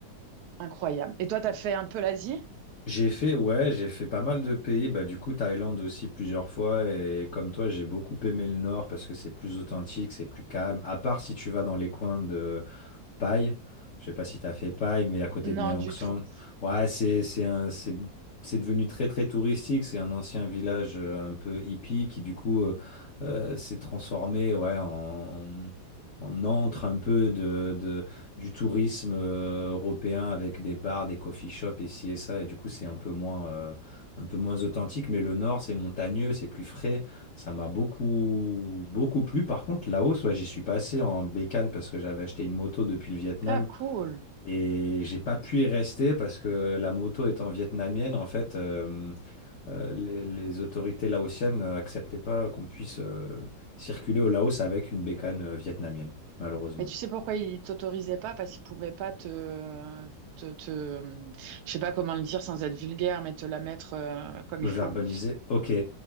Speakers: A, on the right; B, on the left.
A: incroyable. Et toi, t'as fait un peu l'Asie?
B: j'ai fait, ouais, j'ai fait pas mal de pays. Bah, du coup, Thaïlande aussi plusieurs fois. Et comme toi, j'ai beaucoup aimé le nord parce que c'est plus authentique, c'est plus calme. À part si tu vas dans les coins de Paille. Je sais pas si tu as fait Paille, mais à côté
A: Non,
B: de Mae
A: du
B: Song.
A: tout.
B: Ouais, c'est c'est un- c'est c'est devenu très très touristique. C'est un ancien village euh, un peu hippie qui du coup euh, euh, s'est transformé ouais en en antre un peu de, de- du tourisme euh, européen avec des bars, des coffee shops et ci et ça. Et du coup, c'est un peu moins euh, un peu moins authentique. Mais le nord, c'est montagneux, c'est plus frais. Ça m'a beaucoup, beaucoup plu. Par contre, Laos, ouais, j'y suis passé en bécane parce que j'avais acheté une moto depuis le Vietnam
A: Ah, cool.
B: et j'ai pas pu y rester parce que la moto étant vietnamienne, en fait, euh, euh, les, les autorités laotiennes euh, acceptaient pas qu'on puisse euh, circuler au Laos avec une bécane euh, vietnamienne, malheureusement.
A: Mais tu sais pourquoi ils t'autorisaient pas? Parce qu'ils pouvaient pas te, te, te, je sais pas comment le dire sans être vulgaire, mais te la mettre euh, comme
B: Me
A: il
B: verbaliser,
A: faut.
B: ok.